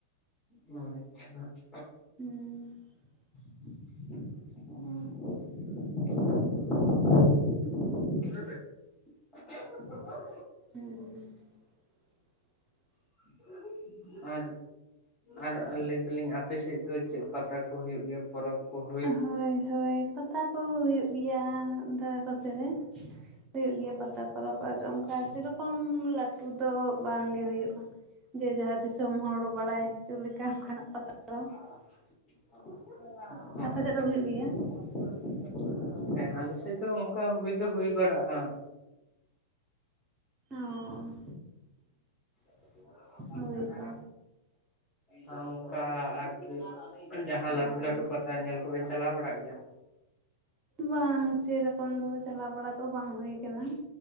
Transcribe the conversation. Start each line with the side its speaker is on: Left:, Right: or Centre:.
Left: ᱚ ᱟᱪᱪᱷᱟ ᱾
Right: <inaudible>
Left: <unintelligible>
Right: <unintelligible>
Left: <unintelligible>
Right: <unintelligible>
Left: <unintelligible> ᱟᱨ ᱟᱨ ᱞᱟᱹᱭ ᱫᱟᱹᱞᱤᱧ ᱟᱯᱮ ᱥᱮᱫ ᱫᱚ ᱪᱮᱫ ᱯᱟᱛᱟ ᱠᱚ ᱦᱩᱭᱩᱜ ᱜᱮᱭᱟ? ᱯᱚᱨᱚᱵᱽ ᱠᱚ ᱾
Right: ᱦᱳᱭ ᱦᱳᱭ ᱯᱟᱛᱟ ᱠᱚ ᱦᱩᱭᱩᱜ ᱜᱮᱭᱟ ᱫᱷᱟᱨᱮ ᱯᱟᱥᱮ ᱨᱮ ᱾ ᱦᱩᱭᱩᱜ ᱜᱮᱭᱟ ᱯᱟᱛᱟ ᱯᱚᱨᱚᱵ ᱟᱨ ᱚᱱᱠᱟ ᱥᱮ ᱨᱚᱠᱚᱢ ᱞᱟᱹᱴᱩ ᱫᱚ ᱵᱟᱝ ᱜᱮ ᱦᱩᱭᱩᱜ-ᱟ ᱡᱮ ᱡᱟᱦᱟᱸ ᱫᱤᱥᱚᱢ ᱦᱚᱲ ᱵᱟᱲᱟᱭ ᱦᱚᱪᱚ ᱞᱮᱠᱟ ᱚᱱᱠᱟᱱᱟᱜ ᱯᱟᱛᱟ ᱫᱚ
Left: <unintelligible>
Right: ᱟᱯᱮ
Left: ᱟᱪᱪᱷᱟ
Right: ᱥᱮᱫ ᱫᱚ ᱦᱩᱭᱩᱜ
Left: ᱾ <unintelligible>
Right: ᱜᱮᱭᱟ
Left: ᱦᱮᱸ ᱟᱞᱮ ᱥᱮᱫ ᱫᱚ ᱚᱱᱠᱟ ᱦᱩᱭ ᱫᱚ ᱦᱩᱭ ᱵᱟᱲᱟᱜᱼᱟ᱾
Right: ᱚ <unintelligible>
Left: <unintelligible>
Right: ᱦᱳᱭ ᱛᱚ
Left: ᱟᱨ ᱚᱱᱠᱟ ᱡᱟᱦᱟᱸ ᱟᱨᱠᱤ ᱡᱟᱦᱟ
Right: ᱚ
Left: ᱞᱟᱠ ᱞᱟᱹᱴᱩ ᱞᱟᱹᱴᱩ ᱯᱟᱛᱟ ᱧᱮᱞ ᱠᱚᱵᱤᱱ ᱪᱟᱞᱟᱣ ᱵᱟᱲᱟᱜ ᱜᱮᱭᱟ?
Right: ᱵᱟᱝ ᱥᱮᱨᱚᱠᱚᱢ ᱫᱚ ᱪᱟᱞᱟᱣ ᱵᱟᱲᱟ ᱫᱚ ᱵᱟᱝ ᱦᱩᱭ ᱠᱟᱱᱟ ᱾